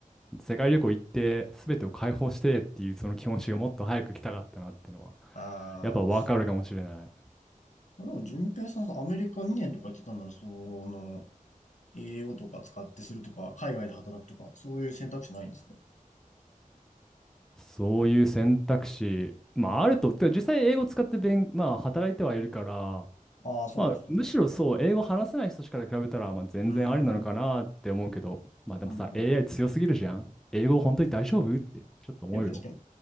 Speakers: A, in the centre; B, on the left (about 55°).
A: 世界旅行行って全てを解放してっていうその気持ちがもっと早く来たかったなってのは
B: あー。
A: やっぱわかるかもしれない。
B: まあ、でも、淳平さん、そのアメリカ2年とか言ってたんなら、その、英語とか使ってするとか、海外で働くとか、そういう選択肢ないんですか
A: そういう選択肢、まああると、てか実際英語使って勉、まあ働いてはいるから、
B: ああー、そうです。
A: まあむしろそう、
B: はははは
A: 英語話せない人から比べたら、まあ全然ありなのかなって思うけど、
B: うん。うん
A: まあでもさ、
B: う
A: AI 強すぎるじゃん。英語本当に大丈夫ってちょっと思うよ。
B: ん。確かに。